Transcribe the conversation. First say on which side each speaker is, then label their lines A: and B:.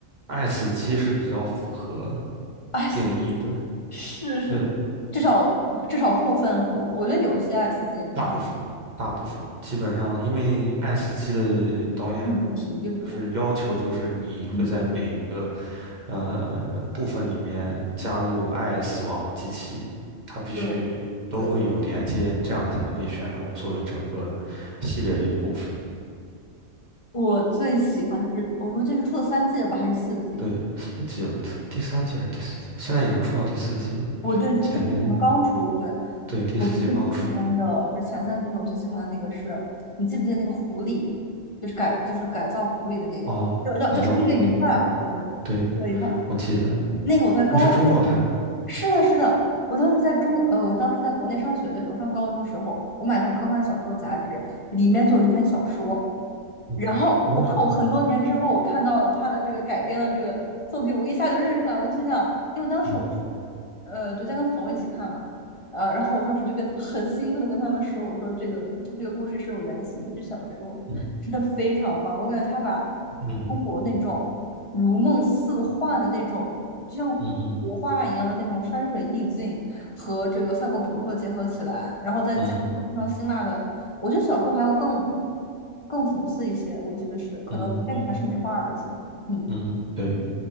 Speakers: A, on the right; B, on the left.
A: 《爱死机》是比较符合
B: s
A: 定义的。
B: 级是是，
A: 对。
B: 是至少至少部分符合。我觉得有些 s 级啊，
A: 大部分，大部分基本上，因为爱死机的导演
B: 嗯，题就是这样。
A: 就是要求，就是你会在每一个
B: 嗯，
A: 呃部分里面加入爱、死亡、机器，它必须都会有连接，
B: 对对，
A: 这样你才能被选中作为整个系列的一部分。
B: 我最喜欢就是，我说这是出了三季了吧，还是四季？
A: 对，四季了，第三季还是第四季了现在已经出到第四季了，
B: 我对，这这可能刚出。
A: 前面
B: 对，
A: 对第四季刚出
B: 我最喜欢的就是前三季中最喜欢的那个是，你记不记得那个狐狸，就是改就是改造狐狸的那个，
A: 哦，
B: 叫叫叫狩猎愉快，
A: 改造狐狸，我
B: 我记得是
A: 对
B: 狩猎愉快。
A: 我记得
B: 那个我在高中，
A: 那是中国拍的，
B: 是的，是的，我当时在中，呃，我当时在国内上学的时候，上高中的时候，我买那种科幻小说杂志，里面就有这篇小说，
A: 嗯哦，
B: 然后哇，我很多年之后我看到了他的这个改编的这个作品，
A: 这么好
B: 我一下就认出来，我就心想，因为当时我是
A: 嗯
B: 呃就在跟朋友一起看嘛，呃，然后我当时就跟很兴奋的跟他们说，我说这个这个故事是有原型，是小说，
A: 嗯。
B: 真的非常棒，我感觉他把
A: 嗯哼，
B: 中国那种如梦似幻的那种，就像国画一样的那种山水意境和这个赛博朋克结合起来，
A: 嗯哼，
B: 然后再加上非常辛辣的。
A: 嗯哼，
B: 我觉得小说还要更更讽刺一些，我记得是，可能电影还是美化了一些。
A: 嗯哼，
B: 嗯
A: 嗯哼，对。